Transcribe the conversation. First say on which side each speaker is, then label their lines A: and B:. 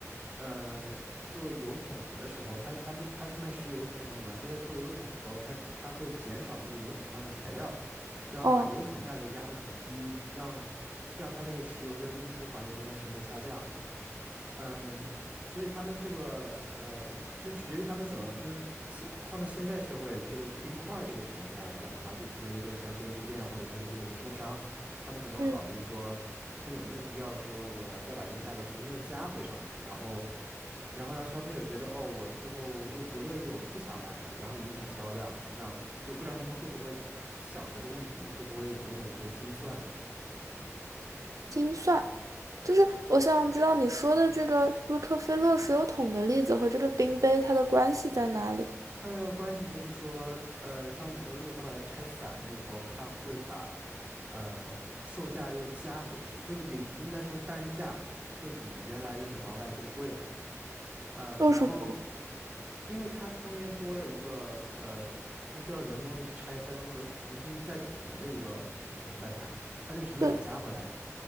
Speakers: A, on the right (about 25°); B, on the right (about 85°).
A: 呃，做油桶的时候，他他们他是卖石油出身的嘛，他在做油桶的时候，他他会减少那个油桶上的材料，然后把油桶的价格压得很低，
B: 哦，
A: 让让它这个石油的运输环节中的成本下降。嗯，所以他们这个呃，就取决于他们怎么就是现放到现在社会这个冰块儿这个产业上来讲的话，就取决于说像便利店或者它的这个零售商，他们怎么考虑说。
B: 嗯，
A: 他有没有必要说我要再把这个价格重新又加回上去，然后然后让消费者觉得哦，我最后又不乐意，我不想买了，然后影响销量，那就不知道他们会不会想这个问题，会不会有没有一个精算？
B: 精算就是我想知道你说的这个洛克菲勒石油桶的例子和这个冰杯它的关系在哪里？
A: 它的关系就是说，呃，像你说的，如果他把它拆散了以后，他会把呃售价又加回去，就是零，应该说单价会比原来的整包卖更贵了。呃，
B: 为什么？
A: 然后因为它中间多了一个呃，它需要人工的去拆分和重新再储存的一个成本呀，它这个成本得加回来呀。
B: 对，